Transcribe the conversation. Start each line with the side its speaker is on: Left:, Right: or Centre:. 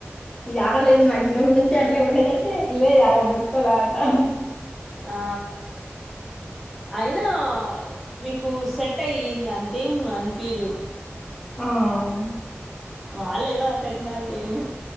Left: యాడ లేదు నా చిన్న గుండె అట్లే ఉండేదంటే లేదు అలా కొట్టుకోలే అంటా
Centre: ఆ అయినా మీకు సెట్ అయ్యింది అంతేం అనిపీదు
Left: ఆ అవును
Centre: వాళ్ళేదో అట్లంటారులేమో